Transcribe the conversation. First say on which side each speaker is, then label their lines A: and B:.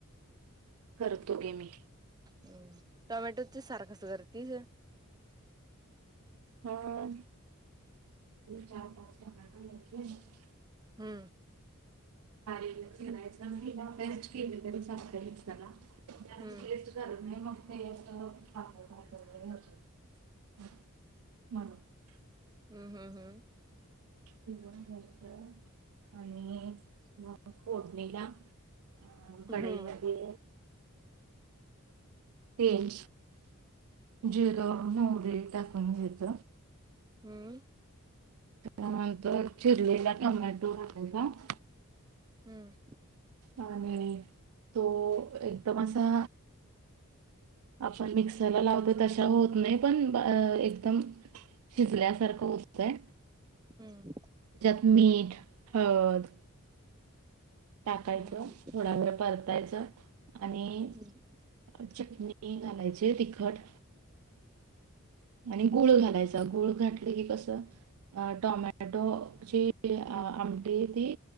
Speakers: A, on the right (about 75°); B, on the right (about 15°).
A: करतो ग मी..
B: हम् टोमॅटोच सार क स करतेस.
A: अ चार पाच टमॅटो घ्यायचे.
B: हम्म...
A: िय के तरी त्या
B: हम्म
A: टेस्ट नाही तेला म्हणून..
B: हम्म हम् हम्म
A: ठीक आहे.. आणि मग फोडणीला अ
B: हम्म.
A: कढाईमध्ये... तेल जिरं मोहरी टाकून घ्यायच..
B: हम्म..
A: त्यानंतर चिरलेला टोमॅटो <unintelligible>
B: हम्म
A: आणि तो एकदम असा आपण मिक्सरला लावत त होत नाही पण एकदम शिजल्यासारखं होतय
B: हम्म
A: मीठ हळद टाकायचं
B: हम्म हम्म
A: थोडा वेळ परतायचं आणि
B: हम्म
A: चटणी घालायची तिखट आणि गुळ घालायचा गुळ घातले की कस टोमॅटो जी आमटी ती